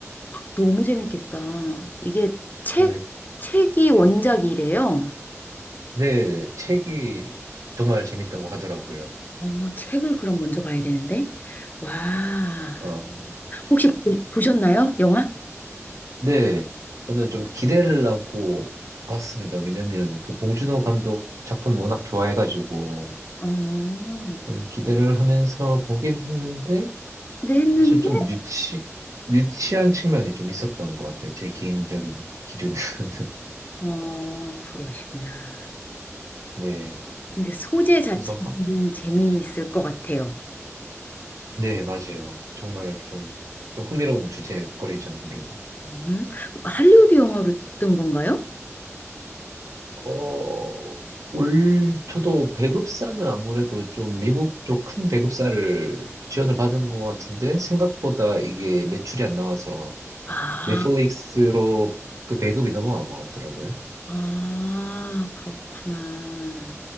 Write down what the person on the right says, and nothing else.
네,
네, 책이 정말 재밌다고 하더라고요.
어,
네, 저는 좀 기대를 안고 봤습니다. 왜냐면 그 봉준호 감독 작품 워낙 좋아해가지고
좀 기대를 하면서 보긴 했는데
사실 좀 유치, 유치한 측면이 좀 있었던 것 같아요. 제 개인적인 기준에서는. <laughs>
네,
그래서, 하-
네, 맞아요. 정말 좀, 좀 흥미로운 주제거리죠, 아무래도.
어, 올, 저도 배급사는 아무래도 좀 미국 쪽 큰 배급사를 지원을 받은 것 같은데, 생각보다 이게 매출이 안 나와서
넷플릭스로 그 배급이 넘어간 것 같더라고요.